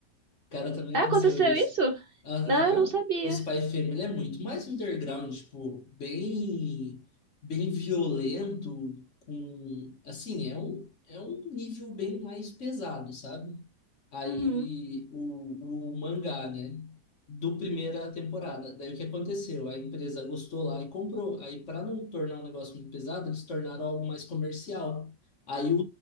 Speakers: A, on the left; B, on the right.
A: Cara, também
B: ah,
A: aconteceu
B: <laughs> aconteceu
A: isso.
B: isso?
A: Aham.
B: Não, eu não sabia.
A: O Spy Family é muito mais underground, tipo, bem, bem violento, com, assim, é um, é um nível bem mais pesado, sabe? Aí
B: Uhum,
A: o, o mangá, né? Do primeira temporada. Daí o que aconteceu? A empresa gostou lá e comprou. Aí, para não tornar um negócio muito pesado, eles tornaram algo mais comercial. Aí o,